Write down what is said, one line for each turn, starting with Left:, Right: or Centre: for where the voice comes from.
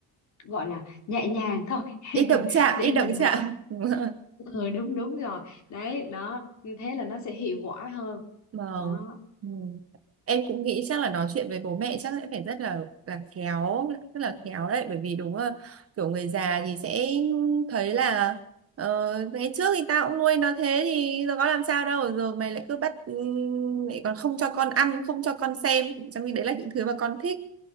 Left: gọi là nhẹ nhàng thôi <laughs>
Right: Ít động chạm,
Left: để
Right: ít
Left: mình
Right: động
Left: mình
Right: chạm. <laughs>
Left: <laughs> ừ, đúng đúng rồi đấy đó như thế là nó sẽ hiệu quả hơn
Right: Vâng.
Left: đó
Right: Ừ. Em cũng nghĩ chắc là nói chuyện với bố mẹ chắc sẽ phải rất là là khéo, rất là khéo đấy bởi vì đúng là kiểu người già thì sẽ thấy là ờ, ngày trước thì tao cũng nuôi nó thế thì giờ có làm sao đâu giờ mày lại cứ bắt ừm, lại còn không cho con ăn, không cho con xem trong khi đấy là những thứ mà con thích.